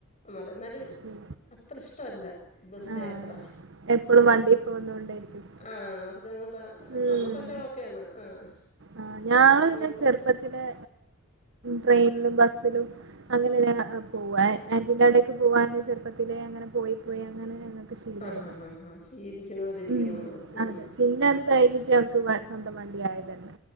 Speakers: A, on the left; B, on the right.
A: മാറി എന്നാലും
B: ശരി
A: അത്ര ഇഷ്ടമല്ല ബസിലെ
B: ആഹ്
A: യാത്ര
B: എപ്പളും വണ്ടി പോന്നോണ്ടായിരിക്കും
A: ആഹ് അവർക്കു അങ്ങോട്ട
B: ഉം
A: നമ്മുക്കൊക്കെ ഓക്കെയാണ് ആഹ്
B: ആഹ് ഞങ്ങള്
A: അവർക്കങ്ങോട്ട്
B: പിന്നെ ചെറുപ്പത്തിലെ ട്രെയിനിലും ബസ്സിലും അങ്ങനെ പോവാ ആന്റിന്റെ അവിടേക്ക് പോവാൻ ചെറുപ്പത്തിലെ അങ്ങനെ പോയി പോയി അങ്ങനെ ഞങ്ങക്ക് ശീലമായതാ
A: ആഹ് ആഹ് ആഹ് ആഹ് ശീലിക്കുന്ന പോലെ ഇരിക്കും
B: ഉം
A: നമ്മള് ഉം
B: അതെ പിന്നെ അത് കഴിഞ്ഞിട്ട് ഞങ്ങക്ക് സ്വന്തം വണ്ടി ആയത് തന്നെ